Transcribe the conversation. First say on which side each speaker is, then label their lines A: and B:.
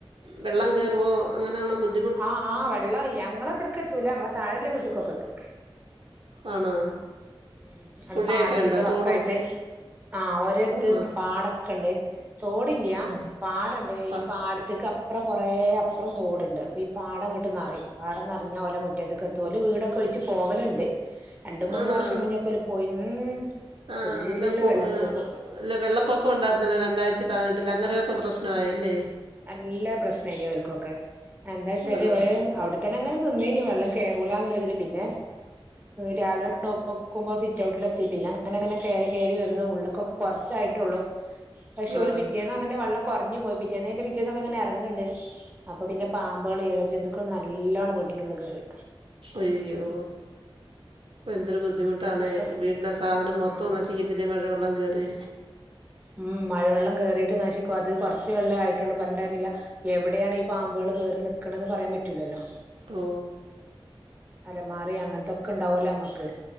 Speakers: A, on the right; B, on the right.
A: വെള്ളം കേയറുവോ അങ്ങനൊ ബുദ്ധിമുട്ട്
B: ആ ആ വെള്ള ഞങ്ങളെ ഇവിട്ക്ക് എത്തൂല ഞങ്ങളെ താഴെ വീട്ടക്കൊക്കെ എത്തും
A: ആണോ
B: മ് അവിടെ
A: പുഴയൊക്കെ
B: പാടത്തിന്റെ
A: ഉണ്ടോ
B: വക്കായിട്ട്
A: തോടും
B: ആ ഓരോടുത്ത്
A: ആ
B: പാടൊക്കണ്ട് തോടില്ല്യ
A: ആ
B: പാടണ്ട് ഈ
A: ആ
B: പാടത്ത്ക്ക് അപ്പുറം കുറേ അപ്പുറം തോടുണ്ട് അപ്പോ ഈ പാടം ഇങ്ങണ്ട് നിറയും നി പാടം നിറഞ്ഞാൽ ഓലെ മുറ്റത്ത്ക്ക് എത്തും വീടക്കെ വെച്ച്പോവലുണ്ട് രണ്ടു മൂന്ന്
A: ആണോ
B: വർഷം മുന്നേക്കെല പോയി മ്
A: ആ
B: ഫുള്ള്
A: അല്ല കൊ
B: വെള്ളത്തിൽ ഇപ്പൊ
A: അല്ല വെള്ളപ്പൊക്കം ഉണ്ടായിരുന്നില്ലോ രണ്ടായിരത്തി പതിനെട്ടിൽ അന്നേരക്കെ പ്രശ്നമായല്ലേ
B: നല്ല പ്രശ്നമായി ഓൾക്ക് ഒക്കൊ എന്താ വച്ചാല്
A: ആണോ
B: ഓരെ അവിടെ അവിടെ തന്നെ നിന്നിന് വെള്ളം കേറൂല എന്നുള്ളതിൽ പിന്നെ രാവിലെ നോക്കുമ്പോ സിറ്റ് ഔട്ടിലെത്തി പിന്നെ അങ്ങനെ അങ്ങനെ കയറി കയറി വന്ന് ഉള്ളക്ക് ഒക്കെ കുറച്ചായിട്ടുള്ളൂ പക്ഷേ
A: ആ
B: ഓൽ പിറ്റേന്ന് അങ്ങനെ വെള്ളം കുറഞ്ഞു പോയി പിറ്റേന്നെൻ്റെ പിറ്റേന്ന് പിറ്റേന്ന് ഒക്കെ ഇങ്ങനെ ഇറങ്ങണ്ട് അപ്പൊ പിന്നെ പാമ്പുകളും ഇഴജന്തുക്കളും നല്ലവണ്ണം വീട്ടിന്റെ ഉള്ളിൽ കയറി
A: അയ്യോ എന്തൊരു ബുദ്ധിമുട്ടാണ്
B: അങ്ങനത്തെ
A: വീട്ടിലെ സാധനം മൊത്തം
B: ആഹ്
A: നശിച്ചു ചിക്കതിെ മഴവെള്ളം കയറി
B: ഉം മഴവെള്ളം കയറിയിട്ട് നശിക്കും അത് കുറച്ച് വെള്ളം ആയിട്ടുള്ളൂ പറഞ്ഞിട്ട് കാര്യല്ല എവിടെയാണ് ഈ പാമ്പുകൾ കയറി നിക്കണന്ന് പറയാൻ പറ്റൂലല്ലോ
A: ഓ
B: അലമാറി അങ്ങനത്തൊക്കെ ഉണ്ടാവല്ലേ നമ്മക്ക്